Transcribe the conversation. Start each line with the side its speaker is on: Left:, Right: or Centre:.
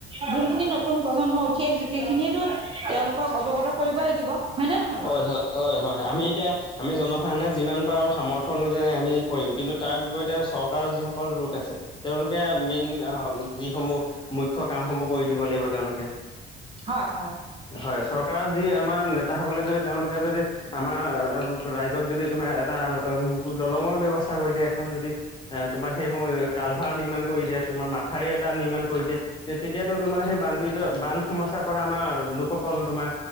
Right: যোনখিনি নতুন প্ৰজন্ম উঠি আহিছো সেইখিনিয়েতো তেওঁলোকক অৱগত কৰিব লাগিব। নে নহয়
Left: হয়,
Right: বাৰু
Left: হয়, হয়, হয় আমি এতিয়া আমি জনসাধাৰণে যিমান পাৰো সামৰ্থ অনুযায়ী আমি কৰিম। কিন্তু, তাৰ বিপৰীতে চৰকাৰৰ যিসকল লোক আছে তেওঁলোকে মেইন আ যিসমূহ মুখ্য কামসমূহ কৰি দিব লাগিব তেওঁলোকে
Right: হয় হয়
Left: হয়, চৰকাৰৰ যি আমাৰ নেত তাসকলে যদি তেওঁলোকে যদি আমাৰ ৰাইজক যদি তোমাৰ এটা দলঙৰ ব্যৱস্থা কৰি দিয়া এখন যদি এ, তোমাৰ সেই সময় কালভাৰ নিৰ্মাণ কৰি দিয়ে, তোমাৰ মাথাউৰি এটা নিৰ্মাণ কৰি দিয়ে। তে তেতিয়াতো তোমাৰ সেই বানপীড়িত বান সমস্যাৰ পৰা আমাৰ লোকসকল তোমাৰ